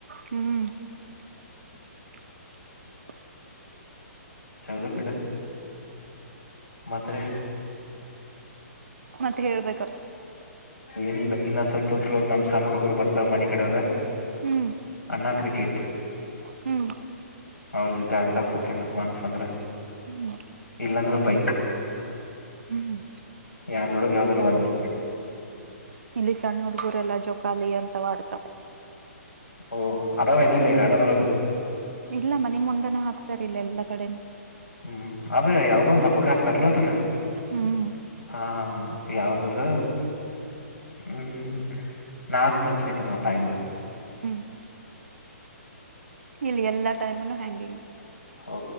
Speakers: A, on the right (about 55°); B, on the left (about 80°).
A: ಹ್ಮ್ <inaudible>
B: ಚಲೋ ಬೇಟ ಮತ್ೆ
A: ಮತ್ತೆ ಹೇಳ್ಬೇಕ
B: ಏನಿಲ್ಲ ಇನ್ನ ಸ್ವಲ್ಪ ಹೊತ್ರ ನಮ್ ಸಣ್ಣ ಹುಡುಗರು ಬರ್ತಾವ ಮನ ಕಡೆಯವರ
A: ಹ್ಮ್
B: ಅಣ್ಣ ಕ್ರಿಕೆಟ್
A: ಹ್ಮ್
B: ಅವ್ರ ಜೊತೆ ಆಡಡಾಕ್ ಹೋಗಕೇನ ಮನ್ಸ್ ಬಂದ್ರ
A: ಹ್ಮ್
B: ಇಲ್ಲಾಂದ್ರೆ ಬೈಕ್
A: ಹ್ಮ್
B: ಯಾರೊಳಗೆ ಯಾವ್ದ್ರು ಒಂದು
A: ಇಲ್ಲಿ ಸಣ್ಣ ಹುಡ್ಗರೆಲ್ಲಾ ಜೋಕಾಲಿ ಅಂತ ಮಾಡಡ್ತಾವ್
B: ಓ ಅದೆನ ಇಲ್ಲಿ ಅಡನ್ಳಗ
A: ಇಲ್ಲಮ್ಮ ನಿಮ್ ಮುಂದನ ಹಾಕ್ಸರ್ಿಲ್ಲ ಎಲ್ಲಾ ಕಡೆನ
B: ಹ್ಮ್ ಅದೇ ಯಾವ್ದ ಒಂದ್ ಹಬ್ಬಕ್ ಹಾಕ್ತಾರ್ಲ ಅದನ
A: ಹ್ಮ್
B: ಹಾ ಹಾ ಯಾವ್ದದ ಹ್ಮ್ ನಾಗ ಪಂಚಮಿ ತಲ್ಲಾ ಟೈಮ
A: <inaudible> ಇಲ್ಲಿ ಎಲ್ಲಾ ಟೈಮನು ಹ್ಯಾಂಗಿಂಗ್
B: ಓ